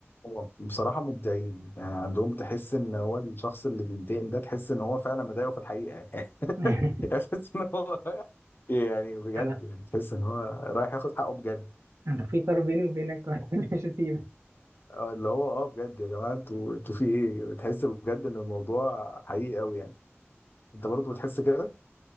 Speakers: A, on the left; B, on the right.
A: هو بصراحة مبدعين يعني عندهم تحس ان هو الشخص اللي بينتقم ده تحس ان هو فعلا مضايقه في الحقيقة يعني
B: <laughs>
A: <laughs> تحس ان هو يعني بجد
B: انا
A: يعني تحس ان هو رايح ياخد حقه بجد
B: انا في طار بيني وبينك <laughs> مش هسيبك
A: اه اللي هو اه بجد يا جماعة انتوا انتوا في ايه بتحس بجد ان الموضوع حقيقي قوي يعني انت برضه بتحس كده